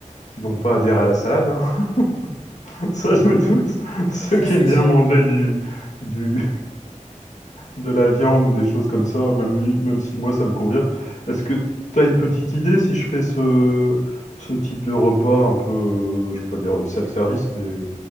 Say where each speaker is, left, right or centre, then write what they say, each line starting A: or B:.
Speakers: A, on the left; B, on the left.
A: qui vont pas adhérer à la salade. hein. <laughs> Ça, je me doute. Ceux
B: Ça
A: qui
B: c'est
A: aiment bien
B: sûr.
A: manger du, du, de la viande ou des choses comme ça, même, même si moi ça me convient. Est-ce que tu as une petite idée si je fais ce, ce type de repas un peu, euh, je peux pas dire self-service, mais,